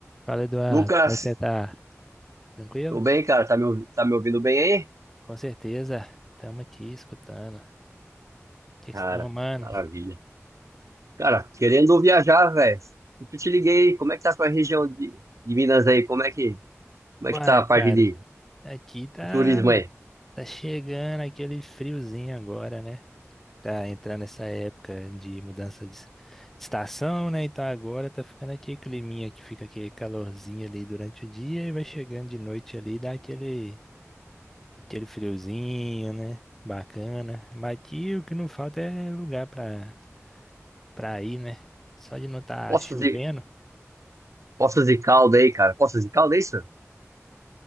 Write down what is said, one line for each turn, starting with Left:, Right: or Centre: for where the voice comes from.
Centre: Fala, Eduardo.
Right: Lucas,
Centre: Como é que você tá? Tranquilo?
Right: tô bem, cara. Tá me, ouvi- tá me ouvindo bem aí?
Centre: Com certeza. Estamos aqui escutando. O que que
Right: Cara,
Centre: você tá arrumando?
Right: maravilha. Cara, querendo viajar, velho. Eu te liguei. Como é que tá a sua região de, de Minas aí? Como é que, como
Centre: Uai,
Right: é que tá a parte
Centre: cara,
Right: de,
Centre: aqui tá,
Right: de turismo aí?
Centre: tá chegando aquele friozinho agora, né? Tá entrando essa época de mudança de, de estação, né? Então agora tá ficando aquele climinha que fica aquele calorzinho ali durante o dia e vai chegando de noite ali, dá aquele, aquele friozinho, né? Bacana. Mas aqui o que não falta é lugar pra, pra ir, né? Só de não estar
Right: Poços
Centre: chovendo.
Right: de, Poços de Calda aí, cara. Poços de Calda, é isso?